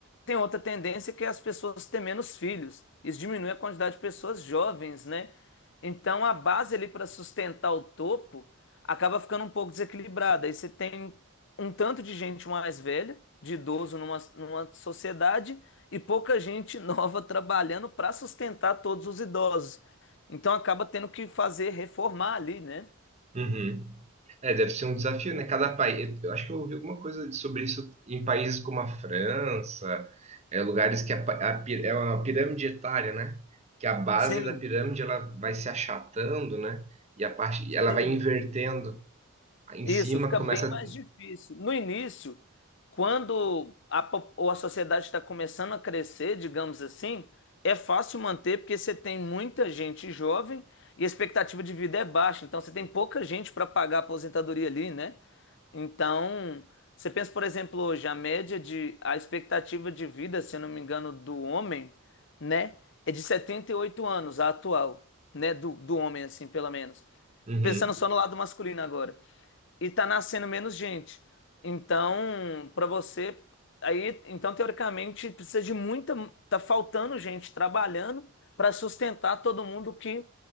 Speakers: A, on the left; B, on the right.
A: tem outra tendência que é as pessoas terem menos filhos. Isso diminui a quantidade de pessoas jovens, né? Então a base ali para sustentar o topo acaba ficando um pouco desequilibrada. Aí você tem um tanto de gente mais velha, de idoso numa, numa sociedade e pouca gente <laughs> nova trabalhando para sustentar todos os idosos. Então acaba tendo que fazer reformar ali, né?
B: uhum. É, deve ser um desafio, né? Cada país. Eu acho que eu ouvi alguma coisa de- sobre isso em países como a França, é, lugares que a, pa- a pi- é uma pirâmide etária, né? Que a base
A: Sim,
B: da pirâmide ela vai se achatando, né? E a parte, e ela
A: sim.
B: vai invertendo. Aí em
A: Isso
B: cima
A: fica
B: começa.
A: bem mais difícil. No início, quando a, po- ou a sociedade está começando a crescer, digamos assim, é fácil manter porque você tem muita gente jovem e a expectativa de vida é baixa, então você tem pouca gente para pagar a aposentadoria ali, né? Então, você pensa, por exemplo, hoje, a média de, a expectativa de vida, se eu não me engano, do homem, né, é de 78 anos, a atual, né, do, do homem, assim, pelo menos.
B: Uhum.
A: Pensando só no lado masculino agora e tá nascendo menos gente. Então, para você, aí, então teoricamente precisa de muita, tá faltando gente trabalhando para sustentar todo mundo que